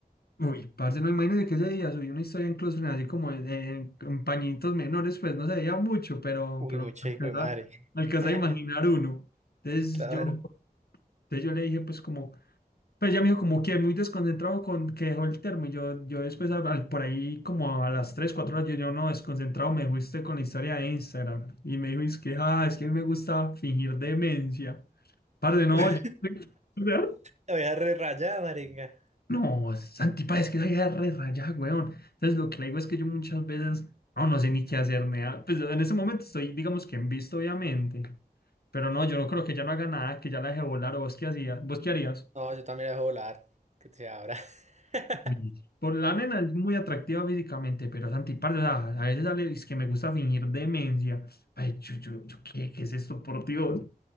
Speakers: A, on the left (about 75°); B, on the right (about 45°).
A: Uy, parce, no imagínese que ese día subí una historia en Close Friends, así como en, en- en pañitos menores, pues no se veía mucho, pero,
B: Uy,
A: pero
B: mucha
A: alcanza,
B: hijo de madre.
A: alcanza
B: <laughs>
A: a imaginar uno. Entonces
B: Claro.
A: yo, entonces yo le dije, pues como, pues ya me dijo, como que muy desconcentrado con que dejó el termo. Y yo, yo después, a- al- por ahí, como a las 3 4 horas, yo, yo no, desconcentrado, me fuiste con la historia de Instagram. Y me dijo, es que, ah, es que a mí me gusta fingir demencia. Parce, no,
B: <laughs>
A: yo. <laughs>
B: La voy a re rayada, maringa.
A: No, Santi, pa, es que esa idea es re rayada, weón. Entonces, lo que le digo es que yo muchas veces no, no sé ni qué hacerme. ah, Pues en ese momento estoy, digamos que en visto, obviamente. Pero no, yo no creo que ya no haga nada, que ya la deje volar. ¿O vos qué hacías? ¿Vos qué harías?
B: No, yo también la dejo volar. Que te abra. <laughs>
A: Mm. Por la nena es muy atractiva físicamente, pero Santi, parce, o sea, a veces sale, es que me gusta fingir demencia. Ay, yo, yo, yo, ¿qué, qué es esto, por Dios?